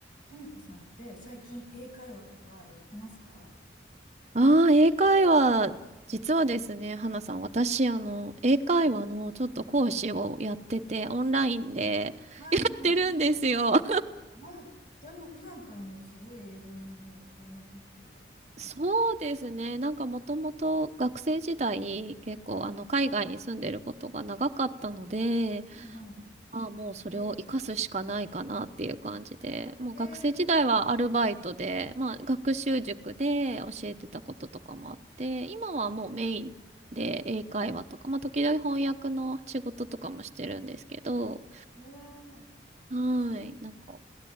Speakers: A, on the left; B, on the right.
A: ともこさんって最近英会話とかやってますか
B: ああー、英会話、実はですね、花さん、私、あの、英会話のちょっと講師をやってて、オンラインで <laughs>
A: はいはい。
B: やってるんですよ。<laughs>
A: あ、じゃあもう普段からもうすごい英語にもう触れまくってる感じです。
B: そうですね、なんかもともと学生時代、結構、
A: はい。
B: あの、海外に住んでることが長かったので、
A: はいはい。
B: まあもうそれを活かすしかないかなっていう感じで、
A: え、え
B: もう学生時代はアルバイトで、
A: ー、え
B: まあ学習塾で教えてたこととかもあって、今はもうメインで英会話とか、まあ時々翻訳の仕事とかもしてるんですけど、
A: ー
B: はい、
A: えそ
B: なんか、